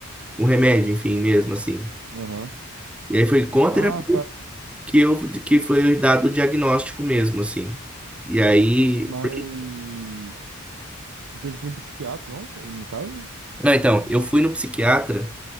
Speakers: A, in the centre; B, on the right.
A: Com remédio, enfim, mesmo, assim.
B: Aham.
A: E aí foi com a terapia
B: Ah, tá.
A: que, eu, que foi dado o diagnóstico mesmo, assim. E aí.
B: Mas.
A: porque-
B: Tu teve que ir no psiquiatra, não? No caso?
A: Não, então, eu fui no psiquiatra.